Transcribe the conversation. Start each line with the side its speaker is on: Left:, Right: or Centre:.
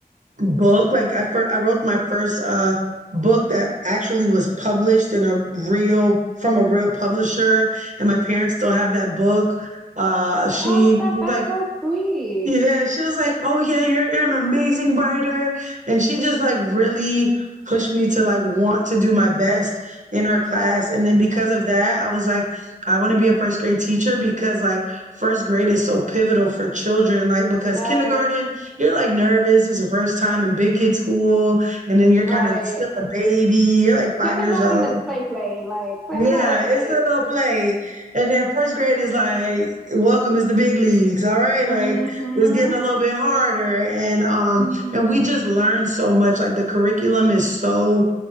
Right: book. Like I first, I wrote my first uh book that actually was published in a real from a real publisher, and my parents still have that book. Uh, she
Centre: Oh, stuff.
Right: was
Centre: That's
Right: like
Centre: so sweet.
Right: yeah, she was like, "Oh yeah, you're, you're an amazing writer." And she just like really pushed me to like want to do my best in her class.
Centre: Right.
Right: And then because of that, I was like, I want to be a first grade teacher because like first grade is so pivotal for children. Like because
Centre: Yes.
Right: kindergarten, you're like nervous. It's your first time in big kid school, and then you're
Centre: Right.
Right: kind of still a baby. You're like five
Centre: Kindergarten
Right: years old.
Centre: is play play. Like kindergarten
Right: Yeah,
Centre: ain't.
Right: it's a little play. And then first grade is like, welcome is the big leagues. All right. Like
Centre: Mhm.
Right: it's getting a little bit harder. And um
Centre: Mhm.
Right: and we just learn so much. Like the curriculum is so